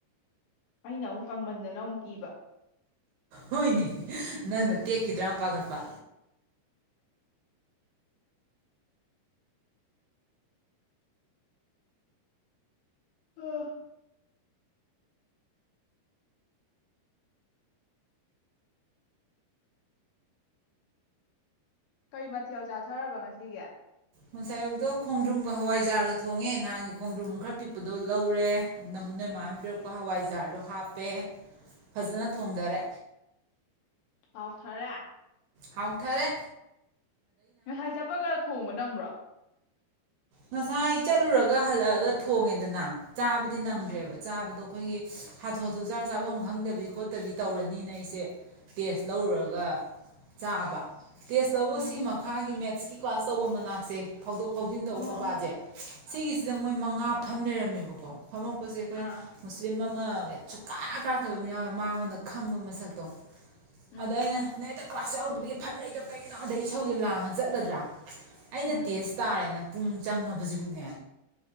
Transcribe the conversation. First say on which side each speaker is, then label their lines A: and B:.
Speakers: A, on the left; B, on the right.
A: ꯑꯩꯅ ꯑꯃꯨꯛ ꯀꯪꯃꯟꯗꯅ ꯑꯃꯨꯛ ꯀꯤꯕ
B: ꯍꯣꯏꯅꯦ ꯅꯪꯅ ꯇꯦꯛꯈꯤꯗ꯭ꯔꯥ ꯑꯃ ꯄꯥꯈꯠꯄ
A: ꯑꯣ ꯀꯩ ꯃꯊꯦꯜ ꯆꯥꯊꯔꯕ ꯉꯁꯤꯒ
B: ꯉꯁꯥꯏꯌꯨꯗꯣ ꯈꯣꯡꯗ꯭ꯔꯨꯝꯒ ꯍꯋꯥꯏꯖꯥꯔꯒ ꯊꯣꯡꯉꯦ ꯅꯍꯥꯟꯒꯤ ꯈꯣꯡꯗ꯭ꯔꯨꯝ ꯈꯔ ꯄꯤꯛꯄꯗꯣ ꯂꯧꯔꯦ ꯅꯃꯨꯅꯩ ꯃꯥꯅ ꯄꯤꯔꯛꯄ ꯍꯋꯥꯏꯖꯥꯔꯗꯣ ꯍꯥꯞꯄꯦ ꯐꯖꯅ ꯊꯣꯡꯊꯔꯦ
A: ꯄꯥꯎꯊꯔꯦ
B: ꯍꯧꯥꯎꯊꯔꯦ
A: ꯉꯁꯥꯏ ꯆꯠꯄꯒ ꯊꯣꯡꯕ ꯅꯪꯕ꯭ꯔꯣ
B: ꯉꯁꯥꯏ ꯆꯠꯂꯨꯔꯒ ꯍꯜꯂꯛꯑꯒ ꯊꯣꯡꯉꯦꯗꯅ ꯆꯥꯕꯗꯤ ꯅꯪꯗ꯭ꯔꯦꯕ
A: ꯎꯝ
B: ꯆꯥꯕꯗꯣ ꯑꯩꯈꯣꯏꯒꯤ ꯍꯥꯊꯨ ꯍꯥꯊꯨ ꯆꯥ ꯆꯥꯐꯝ ꯈꯪꯗꯕꯤ ꯈꯣꯠꯇꯕꯤ ꯇꯧꯔꯅꯤꯅ ꯑꯩꯁꯦ ꯇꯦꯁ ꯂꯧꯔꯨꯔꯒ ꯆꯥꯕ ꯇꯦꯁ ꯂꯧꯕ
A: ꯎꯝ
B: ꯁꯤ ꯃꯈꯥꯒꯤ ꯃꯦꯠꯁꯀꯤ ꯀ꯭ꯂꯥꯁ ꯇꯧꯕ ꯃꯅꯥꯛꯁꯦ ꯐꯥꯎꯗꯣꯛ ꯐꯥꯎꯖꯤꯟꯗꯧꯕ
A: ꯑꯣ
B: ꯑꯃ
A: ꯑꯣ
B: ꯁꯤꯒꯤꯁꯤꯗ
A: ꯎꯝ
B: ꯃꯣꯏ ꯃꯉꯥ ꯞꯐꯝꯝ ꯂꯩꯔꯝꯃꯦꯕꯀꯣ ꯐꯝ ꯄꯖꯦ ꯑꯩꯈꯣꯏ
A: ꯑꯥ
B: ꯃꯨꯁꯂꯤꯝ ꯑꯝ ꯑꯃ ꯁꯨꯀꯥ ꯀꯥꯇꯕ ꯑꯃ ꯌꯥꯎꯋꯦ ꯃꯉꯣꯟꯗ ꯈꯪꯕ ꯃꯁꯛꯇꯣ
A: ꯎꯝ
B: ꯑꯗꯥꯏꯩꯅ ꯀ꯭ꯂꯥꯁ ꯌꯥꯎꯗꯕꯒꯤ ꯐꯝ ꯂꯩꯗꯣ ꯀꯩꯒꯤꯅꯣ ꯑꯗꯩ ꯏꯁꯧꯁꯦ ꯂꯥꯡꯉꯒ ꯆꯠꯂꯗ꯭ꯔꯥ ꯑꯩꯅ
A: ꯎꯝ
B: ꯇꯦꯖ ꯇꯥꯔꯦꯅ ꯄꯨꯡ ꯆꯪꯉꯕꯁꯤꯕꯨꯛꯅꯦ